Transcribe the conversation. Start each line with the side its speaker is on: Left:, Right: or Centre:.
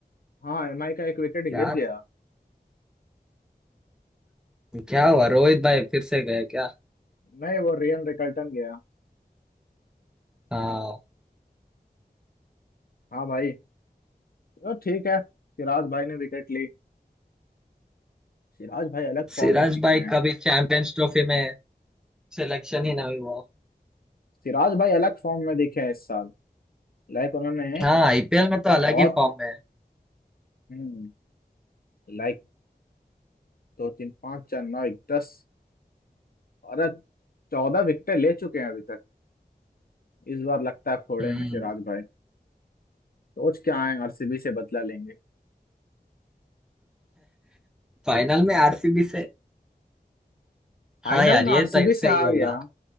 Left: हाँ एमआई का एक विकेट
Centre: यार
Left: गिर गया
Centre: क्या हुआ रोहित भाई फिर से गए क्या
Left: नहीं वो रियन रिकल्टन गया
Centre: हाँ
Left: हाँ भाई ओ ठीक है सिराज भाई ने विकेट ली सिराज भाई अलग
Centre: सिराज
Left: फॉर्म में दिखे
Centre: भाई
Left: हैं
Centre: का भी चैंपियंस ट्रॉफी में सिलेक्शन ही नहीं हुआ
Left: सिराज भाई अलग फॉर्म में दिखे हैं इस साल लाइक उन्होंने
Centre: हाँ आईपीएल में तो अलग
Left: बहुत
Centre: ही फॉर्म में है
Left: हम्म लाइक दो तीन पाँच चार नौ दस और चौदह विकेट ले चुके हैं अभी इस बार लगता है फोड़ेंगे
Centre: हम्म
Left: सिराज भाई सोच के आए आरसीबी से बदला लेंगे
Centre: फाइनल में आरसीबी से
Left: फाइनल
Centre: हाँ यार
Left: में
Centre: ये
Left: आरसीबी
Centre: तो
Left: से
Centre: सही
Left: आ
Centre: होगा
Left: गया